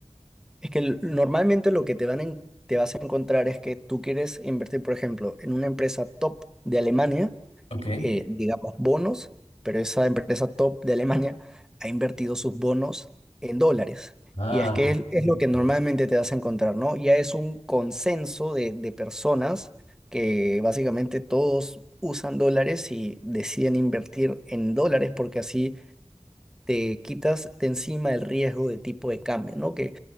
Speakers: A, in the centre; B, on the left.
A: Es que l- normalmente lo que te van en- te vas a encontrar es que tú quieres invertir, por ejemplo, en una empresa top de Alemania
B: Ok.
A: eh, digamos, bonos, pero esa empresa top de Alemania ha invertido sus bonos en dólares.
B: Ah,
A: Y es que
B: perfecto.
A: es, es lo que normalmente te vas a encontrar, ¿no? Ya es un consenso de, de personas que básicamente todos usan dólares y deciden invertir en dólares porque así te quitas de encima el riesgo de tipo de cambio, ¿no? Que